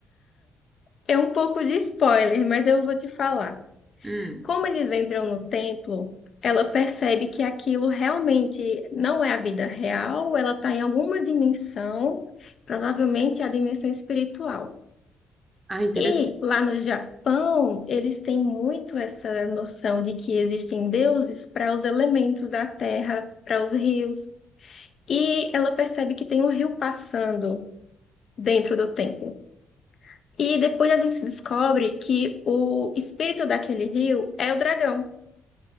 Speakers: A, on the left (about 55°); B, on the right (about 20°).
A: é um pouco de spoiler, mas eu vou te falar.
B: Hum.
A: Como eles entram no templo, ela percebe que aquilo realmente não é a vida real, ela está em alguma dimensão, provavelmente a dimensão espiritual.
B: Ah, interessante.
A: E lá no Japão, eles têm muito essa noção de que existem deuses para os elementos da terra, para os rios. E ela percebe que tem um rio passando dentro do templo. E depois a gente descobre que o espírito daquele rio é o dragão.